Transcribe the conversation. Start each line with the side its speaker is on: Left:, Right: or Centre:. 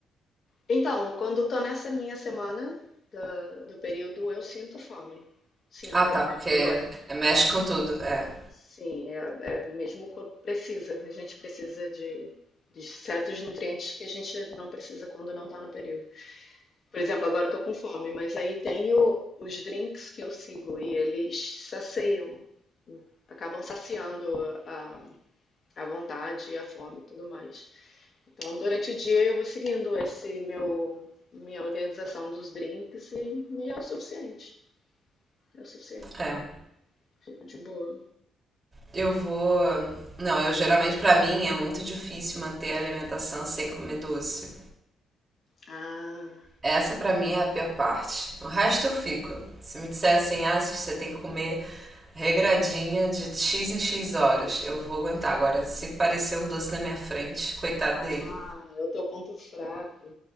Left: Então, quando estou nessa minha semana da- do, período, eu sinto fome. Sinto,
Right: Ah, tá,
Left: por exemplo,
Right: porque
Left: agora.
Right: mexe com tudo. É.
Left: Sim, é, é mesmo o corpo precisa. A gente precisa de, de certos nutrientes que a gente não precisa quando não está no período. Por exemplo, agora estou com fome, mas aí tenho os drinks que eu sigo e eles saciam, acabam saciando a, a vontade, e a fome e tudo mais. Então, durante o dia eu vou seguindo esse meu minha organização dos drinks e, e é o suficiente. É o suficiente.
Right: É.
Left: Fico de boa.
Right: Eu vou. Não, eu geralmente, pra mim, é muito difícil manter a alimentação sem comer doce.
Left: Ah,
Right: Essa pra mim é a pior parte. O resto eu fico. Se me disser assim, ah, Cis, você tem que comer regradinha de X em X horas. Eu vou aguentar. Agora, se parecer um doce na minha frente, coitado dele.
Left: ah, é o teu ponto fraco.